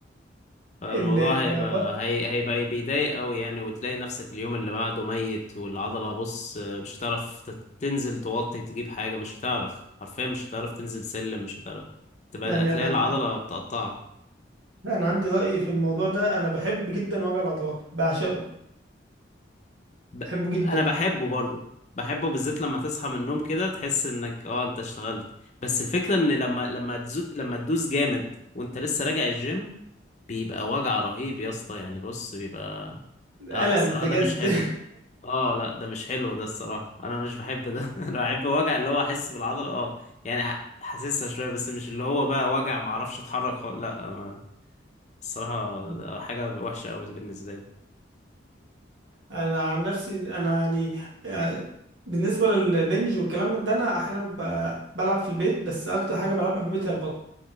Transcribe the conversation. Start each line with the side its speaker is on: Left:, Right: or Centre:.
Left: فالموضوع
Right: ال- البط
Left: هيبقى هي... هيبقى بيضايق أوي يعني وتلاقي نفسك اليوم اللي بعده ميت والعضلة بص مش هتعرف تت- تنزل توطي تجيب حاجة مش هتعرف حرفيا مش هتعرف تنزل سلم مش هتعرف تبقى
Right: يعني
Left: هتلاقي
Right: انا
Left: العضلة بتقطعك
Right: انا عندي رأي في الموضوع ده انا بحب جدا وجع العضلات بعشقه
Left: ب...
Right: بحبه جدا
Left: انا بحبه برضو بحبه بالذات لما تصحى من النوم كده تحس انك اه انت اشتغلت بس الفكرة ان لما لما تزود لما تدوس جامد وانت لسه راجع الجيم بيبقى وجع رهيب يا اسطى يعني بص بيبقى لا
Right: الم
Left: الصراحة
Right: بجد
Left: ده مش حلو اه لا ده مش حلو ده الصراحة انا مش بحب ده <laughs> انا بحب وجع اللي هو احس بالعضلة اه يعني ح- حاسسها شوية بس مش اللي هو بقى وجع ما اعرفش اتحرك خالص لا ما... الصراحة
Right: <laughs>
Left: ده حاجة وحشة قوي بالنسبة لي
Right: انا عن نفسي انا يعني آه، بالنسبه للبنج والكلام من ده انا احيانا ب- بلعب في البيت بس اكتر حاجه بلعبها في البيت هي البطن